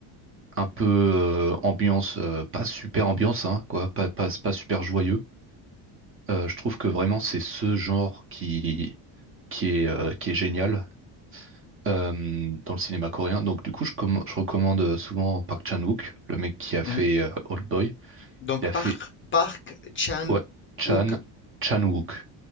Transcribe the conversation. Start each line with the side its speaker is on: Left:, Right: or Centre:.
Right: un peu euh, ambiance, euh, pas super ambiance, hein, quoi, pas, pas, pas super joyeux. Euh, je trouve que vraiment c'est ce genre qui, qui est, euh, qui est génial euh, dans le cinéma coréen. Donc du coup, je, comm- je recommande souvent Park Chan-wook, le mec qui a
Left: Mmh
Right: fait
Left: mh.
Right: euh, Old Boy.
Left: Donc
Right: Il a
Left: Park
Right: fait
Left: Park Chan-wook.
Right: ouais, Chan, Chan-wook.